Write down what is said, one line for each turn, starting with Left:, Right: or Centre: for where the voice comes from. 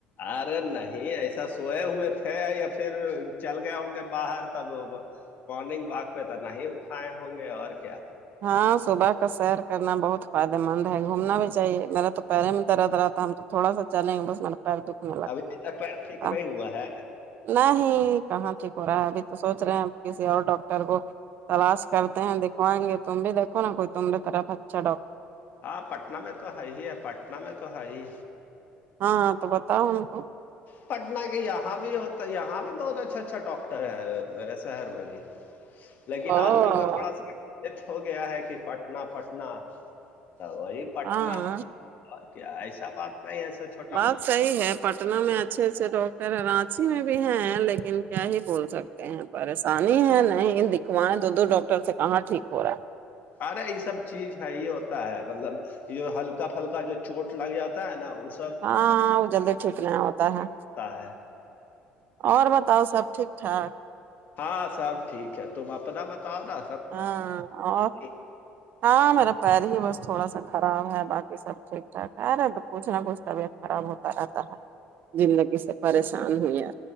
Left: ارے نہیں ایسا سوئے ہوئے تھے یا پھر چل گئے ہوں گے باہر تب مارننگ واک پہ تو نہیں اٹھائے ہوں گے اور کیا
Right: ہاں صبح کا سیر کرنا بہت فائدے مند ہے گھومنا بھی چاہیے میرا تو پہیرے میں درد رہتا ہم تو تھوڑا سا چلیں گے بس پیر دکھنے لگتا
Left: ابھی تک پیر ٹھیک
Right: ہے
Left: نہیں ہوا ہے
Right: نہیں کہاں ٹھیک ہو رہا ہے ابھی تو سوچھ رہے ہیں کسی اور ڈاکٹر کو تلاش کرتے ہیں دکھوائیں گے تم بھی دیکو نا کوئی تماری طرف چھو
Left: ہاں پٹنہ میں تو ہے ہی ہے پٹنہ میں تو ہے ہی
Right: ہاں ہاں تو بتاؤ ان کو
Left: پٹن کے یہاں بھی ہوتا ہے یہاں بھی بہت اچھا اچھا ڈاکٹر مے شہر میں بھی لیکن
Right: او
Left: آدمی کو تھوڑا سا ہو گیا ہے کہ پٹنہ پٹنہ تو وہی پٹنہ
Right: ہاں
Left: اور کیا ایسا بات نہیں ہے سا چھوٹا
Right: بات
Left: موٹا
Right: صحیح ہے پٹنہ میں اچھے اچھے ڈاکٹر ہیں رانچی میں بھی ہیں لیکن کیا ہی بول سکتے پریشانی ہے نہیں دکھوائیں دو دو ڈاکٹر سے کہاں ٹھیک ہو رہا ہے
Left: ارے یہ سب چیز ہے ہی ہوتا ہے مطلب جو ہلکا پھلکا جو چوٹ لگ جاتا ہے نا اس
Right: ہاں وہ جلدی ٹھیک نہیں ہوتا ہے
Left: ہوتا ہے
Right: اور بتاؤ سب ٹھیک ٹھاک
Left: ہاں سب ٹھیک ہے تم اپنا بتاؤ نا
Right: ہاں
Left: ج <inaudible>
Right: ہاں میرا پیر ہی بس تھوڑا سا خراب ہے بقی سب ٹھیک ٹھاک ہےرے کچھ نہ کچھ طبیعت آرام ہوتا رہتا ہے زنداگی ج سے پریشان ہو ہے